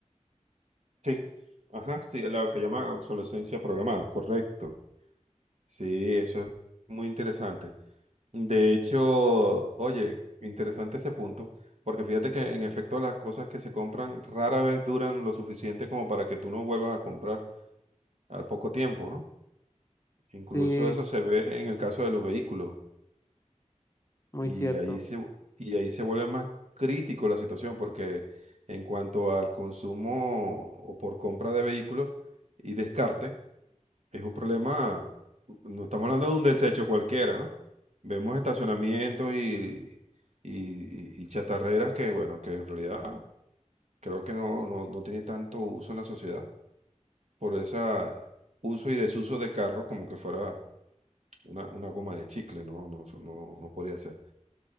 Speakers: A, on the right; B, on the left.
A: Sí, ajá, sí, lo que llama obsolescencia programada, correcto. Sí, eso es muy interesante. De hecho, oye, interesante ese punto, porque fíjate que en efecto las cosas que se compran rara vez duran lo suficiente como para que tú no vuelvas a comprar al poco tiempo, ¿no? Incluso
B: Sí,
A: eso se ve en el caso de los vehículos
B: muy
A: y
B: cierto.
A: ahí se, y ahí se vuelve más crítico la situación, porque en cuanto al consumo o por compra de vehículos y descarte, Es un problema, no estamos hablando de un desecho cualquiera, ¿no? Vemos estacionamientos y, y- y- y chatarreras que, bueno, que en realidad creo que no, no, no tiene tanto uso en la sociedad por ese uso y desuso de carros como que fuera una, una goma de chicle, ¿no? No, no, no podría ser.